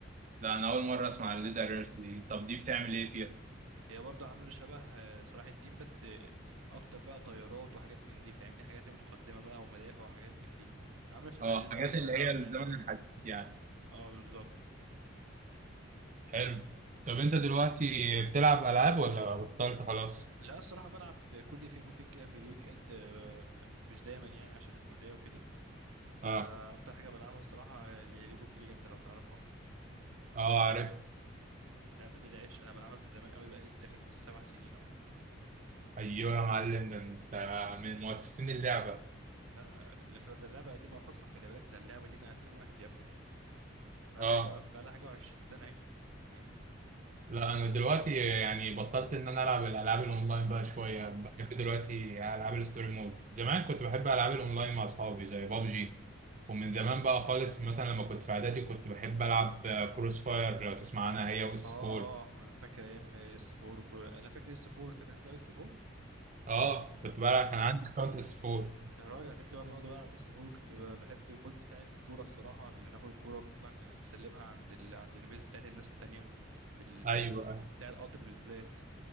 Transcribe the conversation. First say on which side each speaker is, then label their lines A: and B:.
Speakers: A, on the right; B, on the right.
A: ده انا اول مره اسمع الليدر ايرث دي طب دي بتعمل ايه فيها
B: هي برضه عامله شبه آه، صلاح الدين بس آه، اكتر بقى طيارات وحاجات من دي فاهمني حاجات متقدمه بقى ومدافع وحاجات من دي عامله شبه
A: اه
B: جنرال
A: حاجات اللي
B: لو تعرف
A: هي الزمن
B: جنرال
A: الحديث يعني
B: اه بالظبط
A: حلو طب انت دلوقتي بتلعب العاب ولا بطلت خلاص
B: لا الصراحه بلعب كل فين وفين كده في الويك اند آه، مش دايما يعني عشان الكليه وكده فاكتر
A: اه
B: حاجه بلعبها الصراحه ليج اوف ليجند لو تعرفها
A: اه عارف
B: اللعبه دي العيش انا بلعبها من زمان قوي بقى لي داخل في السبع سنين اهو
A: ايوه يا معلم ده انت من مؤسسين اللعبه
B: لا الف- ده اللعبه قديمه اصلا خلي بالك ده اللعبه دي من 2001 يا ابني بقى
A: اه
B: لها حاجه بقى لها حاجه و20 سنه اهي فاهمني
A: لا انا دلوقتي يعني بطلت ان انا العب الالعاب الاونلاين بقى شويه بحب دلوقتي العاب الستوري مود زمان كنت بحب العاب الاونلاين مع اصحابي زي بابجي ومن زمان بقى خالص مثلا لما كنت في اعدادي كنت بحب العب كروس فاير لو تسمع عنها هي واس
B: اه
A: 4
B: اه انا فاكر ايام اس 4 وكرو... انا فاكر اس 4 انت كنت بتلعب اس 4
A: اه كنت بلعب
B: ايوه
A: كان عندي اكونت اس 4
B: يا راجل انا كنت بقى بقعد بلعب اس 4 وكنت ب- بحب المود بتاع الكوره الصراحه اللي ناخد الكوره ونطلع نسلمها عند ال... عند البيز بتاعت الناس التانية في ال... بتاعت
A: ايوه
B: في بتاع القطر بالذات